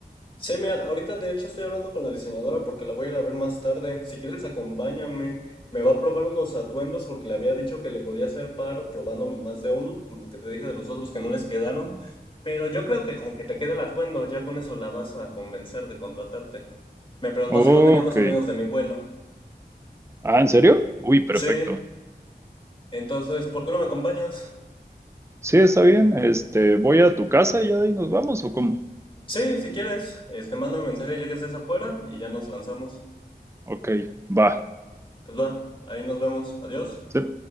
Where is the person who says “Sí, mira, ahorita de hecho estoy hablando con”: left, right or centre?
Left